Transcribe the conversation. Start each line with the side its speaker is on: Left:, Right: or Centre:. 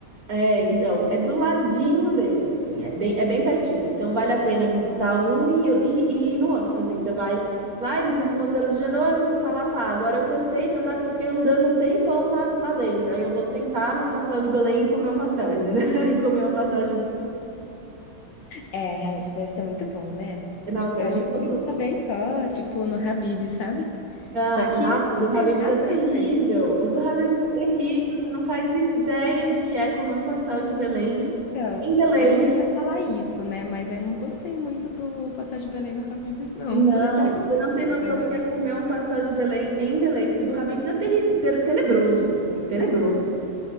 Right: É, então, é do ladinho deles, assim, é bem, é bem pertinho. Então, vale a pena visitar um e, e, e ir no outro. Tipo assim, você vai, vai, visita o Mosteiro dos Jerônimos, você fala, "Ah, tá, agora eu cansei de andar porque eu fiquei andando um tempão lá, lá dentro. Aí eu vou sentar no pastel de Belém e comer um pastel, entendeu? <laughs> E comer um pastel de.
Left: É, realmente, deve ser muito bom, né?
Right: Nossa,
Left: Eu
Right: é muito
Left: acho que eu
Right: gostoso.
Left: comi uma vez só, tipo, no Habib, sabe?
Right: Ah,
Left: Só que
Right: nossa,
Left: acho que
Right: o do
Left: não
Right: Habib's
Left: tem nada
Right: é terrível.
Left: a ver.
Right: O do Habib's é terrível. Você não faz ideia do que é comer um pastel de Belém
Left: Então,
Right: em Belém.
Left: eu não ia falar isso, né? Mas eu não gostei muito do pastel de Belém do Habib's, não.
Right: Não,
Left: Eu falei, será que eu vou
Right: você não tem
Left: me
Right: noção
Left: decepcionar?
Right: do que é comer um pastel de Belém em Belém, porque o do Habib's é terrível, tenebroso, assim, tenebroso.